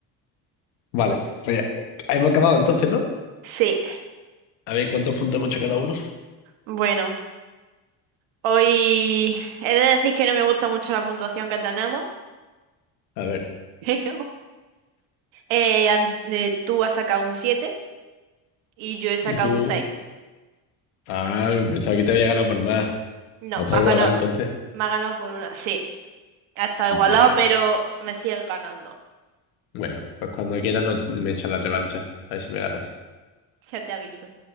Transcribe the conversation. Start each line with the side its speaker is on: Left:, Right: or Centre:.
Left: Vale, pues ya, eh, hemos acabado entonces, ¿no?
Right: Sí.
Left: A ver cuántos puntos hemos hecho cada uno.
Right: Bueno, hoy he de decir que no me gusta mucho la puntuación que tenemos,
Left: A ver,
Right: <laughs> pero eh, an- eh, tú has sacado un 7 y yo he sacado
Left: y tú.
Right: un seis
Left: Ah, pensaba que te había ganado por más.
Right: No,
Left: Ah, Está
Right: me has
Left: igualado
Right: ganado,
Left: entonces.
Right: me has ganado por una. Sí, ha estado
Left: Vale,
Right: igualado,
Left: vale.
Right: pero me sigues ganando.
Left: Bueno, pues cuando quieras no- me echas la revancha. A ver si me ganas.
Right: Ya te aviso.